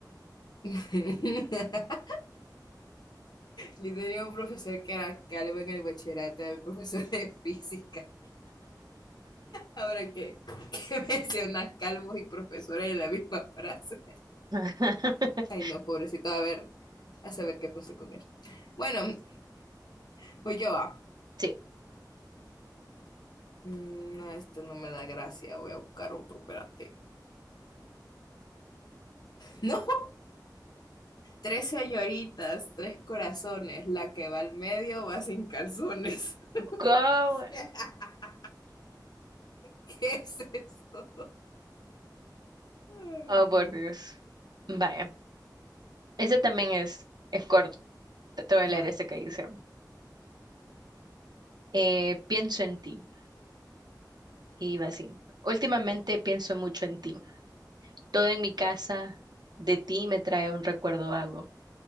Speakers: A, on the left; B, on the right.
A: <laughs> Yo tenía un profesor que era calvo en el bachillerato, era mi profesor de física. Ahora que, <laughs> que mencionas calvos y profesores en la misma frase.
B: <laughs>
A: Ay, no, pobrecito, a ver, a saber qué pasó con él. Bueno, <laughs> voy yo a.
B: Sí.
A: Mm, No, esto no me da gracia, voy a buscar otro, espérate. No, tres señoritas, tres corazones, la que va al medio va sin calzones.
B: Go-
A: <laughs> ¿Qué es esto? Ay,
B: Oh, por Dios. Vaya, ese también es, es corto. Te te voy a
A: Ajá.
B: leer ese que dice. Eh, pienso en ti. Y va así. Últimamente pienso mucho en ti. Todo en mi casa de ti me trae un recuerdo vago.